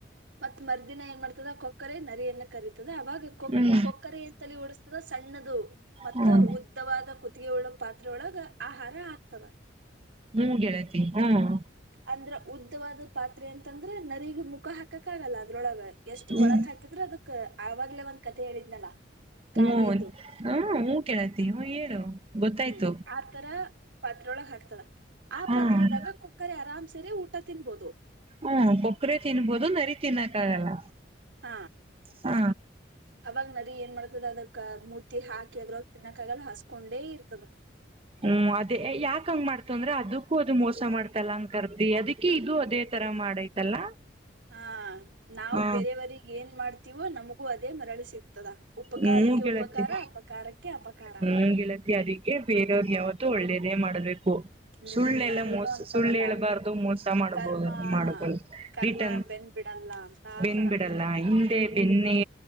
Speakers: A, on the right (about 85°); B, on the right (about 30°).
A: ಮತ್ ಮರ್ದಿನ ಏನ್ ಮಾಡ್ತದ ಕೊಕ್ಕರೆ ನರಿಯನ್ನ ಕರೀ ತದ ಅವಾಗ ಕೊ
B: ಹ್ಮ್
A: ಕೊಕ್ಕರೆ ತೆಲಿ ಓಡುಸ್ತದ ಸಣ್ಣದು ಮತ್ತ
B: ಹ್ಮ್
A: ಉದ್ದವಾದ ಕು ಪಾತ್ರೆ ಒಳಗ ಆಹಾರ ಹಾಕ್ತದ.
B: ಹ್ಞೂಂ ಗೆಳತಿ ಹ್ಞೂಂ.
A: ಅಂದ್ರ ಉದ್ದವಾದ ಪಾತ್ರೆ ಅಂತಂದ್ರ ನರಿಗ ಮುಖ ಹಾಕಾಕ್ ಆಗಲ್ಲ ಅದ್ರೊಳಗ. ಎಷ್ಟು
B: ಹ್ಮ
A: ಒಳಕ್ ಹಾಕಿದ್ರೆ ಅದು ಆವಾಗ್ಲೇ ಒಂದ್ ಕತೆ ಹೇಳಿದ್ನಲ್ಲ.
B: ಹ್ಮ
A: ಕಾಗೆದು
B: ಹ ಹೂ ಕೇಳತಿ ಹ್ಮ ಹೇಳು. ಗೊತ್ತಾಯ್ತು
A: ಹ್ಮ್ ಆತರ ಪಾತ್ರೆೊಳಗ ಹಾಕ್ತದ ಆ
B: ಹ್ಮ್
A: ಪಾತ್ರದಾಗ ಕುಕ್ಕರೆ ಆರಾಮ್ಸ. ಸರೆ ಊಟ ತಿನ್ಬೋದು.
B: ಹ್ಮ ಕೊಕ್ಕರೆ ತಿನ್ಬೋದು ನರಿ ತಿನ್ನಕ್ಕ ಆಗಲ್ಲ.
A: ಹ
B: ಹ
A: ಅವ ನರಿ ಏನ್ ಮಾಡ್ತದ ಅದಕ್ ಮೂತಿ ಹಾಕಿ ಅದ್ರಾಗ ತಿನ್ನಕ್ಕ ಆಗಲ್ಲ ಹಸ್ಕೊಂಡೆ ಇರ್ತದ.
B: ಹ್ಮ್ ಅದೇ ಯಾಕಂಗ ಮಾಡ್ತ ಅಂದ್ರೆ ಅದಕ್ಕೂ ಅದು ಮೋಸ ಮಾಡ್ತಲ್ಲ ಅಂಗ ಕರ್ದಿ ಅದಕ್ಕೆ ಇದು ಅದೇ ತರ ಮಾಡೈತಲ್ಲ.
A: ಹ ನಾವು
B: ಹ
A: ಬೇರೆಯವರಿಗ್ ಏನ್ ಮಾಡ್ತೀವೋ ನಮಗೂ ಅದೇ ಮರಳಿ ಸಿಗ್ತದ. ಉಪಕಾರಕ್ಕೆ
B: ಹ್ಮ ಗೆಳತಿ
A: ಉಪಕಾರ ಅಪಕಾರಕ್ಕೆ. ಅಪಕಾರ
B: ಹ್ಮ್ ಗೆಳತಿ ಅದಕ್ಕೆ ಬೇರೆಯವ್ರಿಗೆ ಯಾವ ತ್ತು ಒಳ್ಳೇದೆ ಮಾಡ್ಬೇಕು.
A: ಹ್ಮ್
B: ಸುಳ್ಳೆಲ್ಲ
A: ಅದೇನೋ
B: ಮೋಸ
A: ಅಂತಾರಲ್ಲ
B: ಸುಳ್ಳು ಹೇಳಳ್ಬಾರ್ದು ಮೋಸ ಮಾಡಬೋ
A: ಕರ್ಮ
B: ಮಾಡ
A: ಕರ್ಮ
B: ರಿಟನ್
A: ಬೆನ್ ಬಿಡಲ್ಲ ಅಂತ ಆತರ
B: ಬೆಂದ್ ಬಿಡಲ್ಲ ಹಿಂದೆ ಬೆನ್ನೆ.